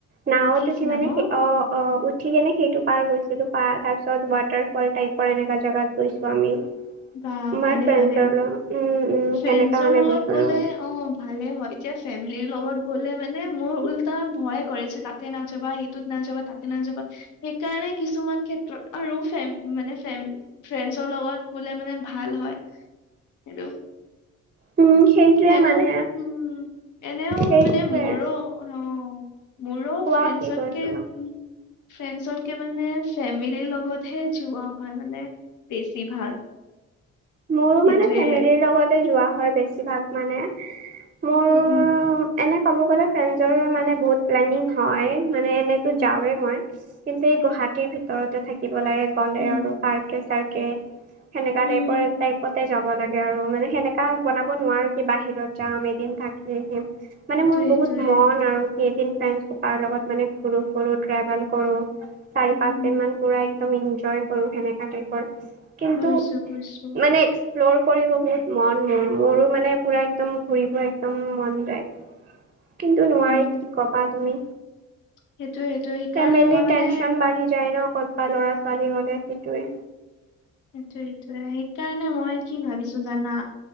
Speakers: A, on the right; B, on the left.
A: নাওত
B: উঠিছিলা
A: উঠি মানে
B: ন?
A: স অ অ উ ঠি কেনে সেইটো পাৰ গৈছিলোঁ, পাৰ তাৰপিছত ৱাটাৰ ফল টাইপৰ এনেকা জাগাত গৈছোঁ আমি।
B: বা
A: আমাৰ
B: ভালে
A: <unintelligible>
B: ভালে
A: লগত উম উম
B: ফ্ৰেণ্ডছৰ
A: সেনেকা মানে
B: লগত
A: গৈছিলোঁ।
B: গ'লে অ ভালে হয় এতিয়া ফেমিলিৰ লগত গ'লে মানে মোৰ উল্টা ভয় কৰিছে তা তাতে নাযাবা সেইটোত নাযাবা তাতে নাযাবা সেইকাৰণে কিছুমান ক্ষেত্ৰত আৰু ফেম মানে ফে ফ্ৰেছৰ লগত গলে মানে ভাল হয় সেইটো।
A: উম। সেইটোয়ে
B: হেনও
A: মানে
B: উম, এনেও
A: সেইটোয়ে
B: মানে মোৰো অ মোৰো
A: কোৱা
B: ফ্ৰেছতকে
A: কি কৈছিলো
B: উম ফ্ৰেছতকে মানে ফেমিলিৰ লগতহে যোৱা হয় মানে বেছিভাগ। <inaudible>
A: মোৰো
B: সেইটোৱে
A: মানে ফেমিলিৰ লগতে যোৱা হয় বেছিভাগ মানে। ম
B: উম।
A: এনে ক'ব গ'লে ফ্ৰেজৰ মানে বহুত প্লেনিং হয় মানে এনেতো
B: উম
A: যাওঁৱেই মই। কিন্তু এই গুৱাহাটীৰ ভিতৰতে থাকিব লাগে। কলে
B: উম
A: আৰু পাৰ্কে চাৰ্কে সেনেকা
B: উম
A: টাইপই কতে যাব লাগে আৰু, মানে সেনেকা বনাব নোৱাৰো কি বাহিৰত যাম, এদিম থাকি আহিম। মানে
B: সেইটোৱে
A: মোৰ
B: সেইটোৱে
A: বহুত মন আৰু। কেইদিন ফ্ৰেণ্ডছ সোপাৰ লগত মানে ঘূৰো ফুৰোঁ, ট্ৰেভেল কৰো, চাৰি
B: উম
A: পাঁচ দিন মান পুৰা একদম ইনজয় কৰো, সেনেকা টাইপৰ। কিন্তু
B: বুজিছো বুজিছো।
A: মানে এক্সপ্ল'ৰ কৰিব বহুত মন মোৰ, মোৰো মানে পুৰা একদম ঘুৰিব একদম মন যায়। কিন্তু নোৱাৰি,
B: উম
A: কি ক'বা তুমি?
B: সেইটোৱে সেইটোৱে সেইকাৰণে
A: ফেমিলি
B: মই মানে
A: টেনচন বাঢ়ি যায় ন, ক'তবা ল'ৰা ছোৱালী গ'লে, সেইটোয়েই।
B: সেইটোৱেই। সেইকাৰণে মই কি ভাবিছো জানা?